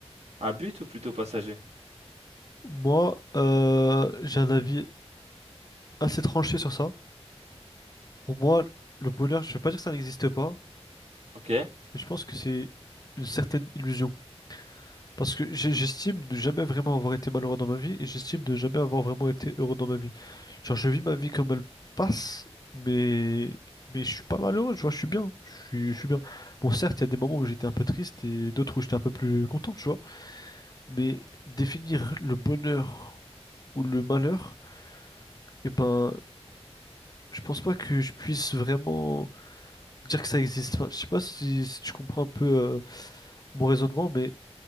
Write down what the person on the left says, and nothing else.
Moi, euh, j'ai un avis assez tranché sur ça. Pour moi, le bonheur, je vais pas dire que ça n'existe pas,
mais je pense que c'est une certaine illusion. Parce que j'ai- j'estime ne jamais vraiment avoir été malheureux dans ma vie et j'estime ne jamais avoir vraiment été heureux dans ma vie. Genre, je vis ma vie comme elle passe, mais, mais je suis pas malheureux, tu vois, je suis bien. Je suis, je suis bien. Bon, certes, il y a des moments où j'étais un peu triste et d'autres où j'étais un peu plus content, tu vois. Mais définir le bonheur ou le malheur, eh ben, je pense pas que je puisse vraiment. dire que ça existe pas. Je sais pas si, si tu comprends un peu euh, mon raisonnement, mais